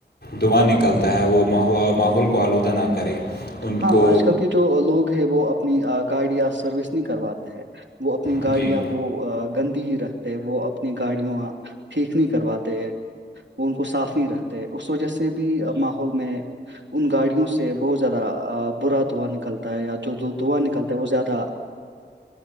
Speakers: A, on the left; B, on the right.
A: دعاں نکلتا ہے وہ ماحول کو آلودہ نہ کرے- ان
B: ہاں
A: کو
B: آج کل کے جو لوگ ہیں وہ اپنی گاڑیاں سروس نہیں کرواتے ہیں- وہ اپنی گاڑیاں
A: جی
B: وہ گندی ہی رکھتے ہے وہ اپنی گاڑیوں ٹھیک نہیں کرواتے وہ ان کو صاف نہیں رکھتے- اس وجہ سے بھی ماحول میں ان گاڑیوں سے بہت زیادہ- برا دھواں نکلتا ہے یا جو دھواں نکلتا ہے وہ زیادہ-